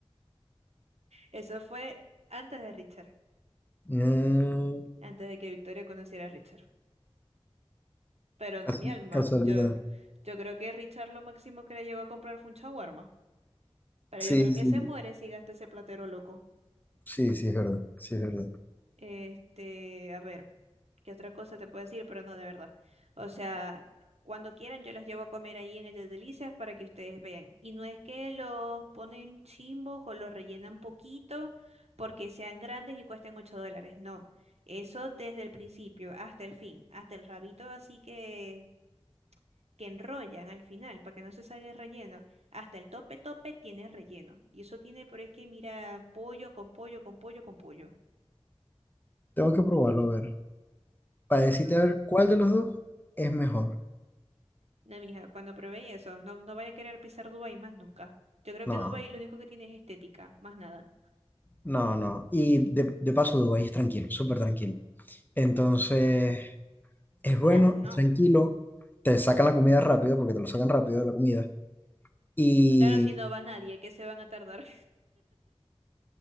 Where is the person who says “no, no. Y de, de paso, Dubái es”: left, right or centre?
Left